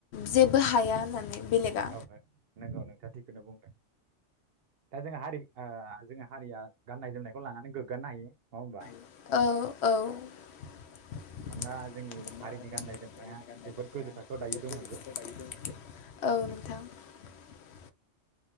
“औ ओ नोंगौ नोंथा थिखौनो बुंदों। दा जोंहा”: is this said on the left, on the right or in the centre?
Right